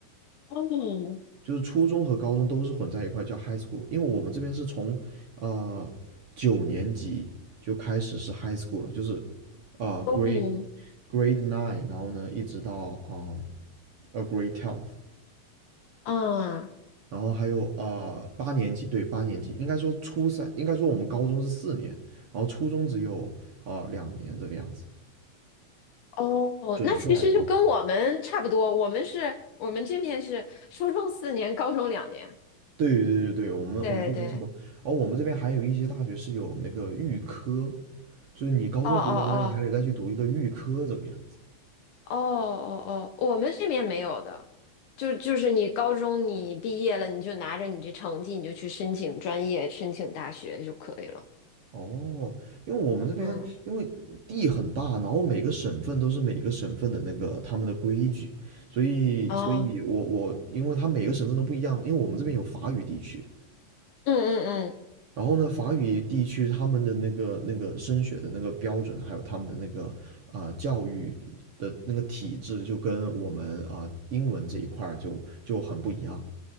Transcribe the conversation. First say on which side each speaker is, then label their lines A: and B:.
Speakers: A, on the left; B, on the right.
A: 哦
B: 就是初中和高中都是混在一块叫 high school，因为我们这边是从呃九年级就开始是 high school 了，就是呃
A: 哦
B: grade grade nine，然后呢一直到嗯 a grade twelve，
A: 啊
B: 然后还有啊、呃八年级，对，八年级，应该说初三，应该说我们高中是四年，然后初中只有啊、呃两年这个样子，
A: 哦，
B: 准确来说是，
A: 那其实就跟我们差不多。我们是，我们这面是初中四年，高中两年。
B: 对对对对，我们我们这边差不多，
A: 对对，
B: 而我们这边还有一些大学是有那个预科，就是你高中读完了，
A: 哦哦
B: 你还得再去读一个预科这个样子。
A: 哦哦哦哦，我们这面没有的，就就是你高中你毕业了，你就拿着你这成绩，你就去申请专业、申请大学就可以了。
B: 哦，因为我们这边因为地很大，
A: 嗯，
B: 然后每个省份都是每个省份的那个他们的规矩，所以，
A: 哦，
B: 所以我我因为它每个省份都不一样，因为我们这边有法语地区，
A: 嗯嗯嗯，
B: 然后呢，法语地区他们的那个那个升学的那个标准，还有他们的那个啊、呃教育的那个体制，就跟我们啊、英文这一块儿就就很不一样。